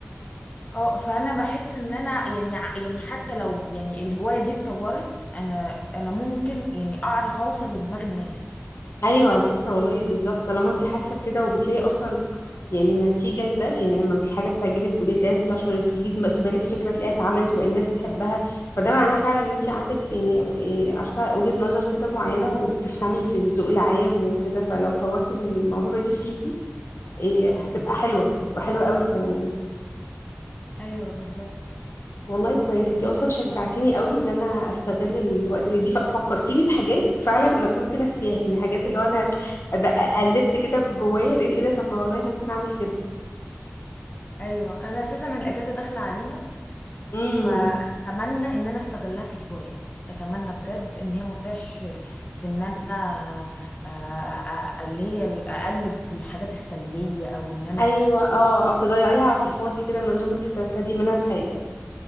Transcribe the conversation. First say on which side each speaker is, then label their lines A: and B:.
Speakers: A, on the left; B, on the left.
A: اه فانا بحس ان انا يعني ع- يعني حتى لو يعني الهوايه دي اتطورت انا انا ممكن يعني اعرف اوصل لدماغ الناس
B: ايوه على فكره والله بالظبط طالما انت حاسه بكده وبتلاقي اصلا يعني نتيجه لده يعني لما الحاجه بتعجبك وبتلاقيها تلاقيها انتشرت بتيجي في بالك فكره تلاقيها اتعملت وبقى الناس تحبها فده معناه فعلا ان انت عندك يعني إيه، عارفه وجهه نظر كده معينه وبتفهمي في الذوق العام وكده فلو طورتي الموهبه دي فيكي إيه، هتبقى حلوه هتبقى حلوه قوي كمان
A: ايوه بالظبط
B: والله كويس انتي اصلا شجعتيني قوي ان انا استغل الوقت انتي ف- فكرتيني بحاجات فعلا انا كنت ناسياها يعني حاجات اللي هو انا د- قلبت كده في جوايا لقيت ايه ده طب ما والله ممكن اعمل كده
A: ايوه انا اساسا الاجازه داخله علينا
B: امم
A: فاتمنى ان انا استغلها في الهوايات اتمنى بجد ان هي ما تضيعش في ان انا آه، آه، آه، اللي هي اقلب في الحاجات السلبيه او ان انا
B: ايوه اه او تضيعيها في الفاضي كده من غير ما تستفادي منها بحاجه